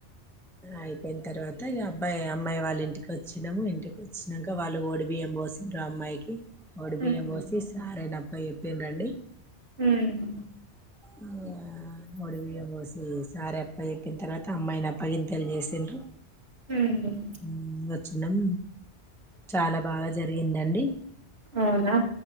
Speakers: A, in the centre; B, on the right (about 65°).
A: అయిపోయిన తర్వాత అబ్బాయి అమ్మాయి వాళ్ళ ఇంటికి వచ్చినము ఇంటికి వచ్చినాక వాళ్ళు ఓడి బియ్యం పోసండ్ర అమ్మాయికి ఒడి బియ్యం
B: ఉహు
A: వోసి సారే నా పై చెప్పిను రండి
B: హ్మ్
A: ఆ ఓడి బియ్యం పోసి సారె అప్ప చెప్పిన తర్వాత అమ్మాయిన అపగింతలు చేసిండ్రు
B: హ్మ్
A: వుండాచ్చు నం చాలా బాగా జరిగిందండి
B: అవునా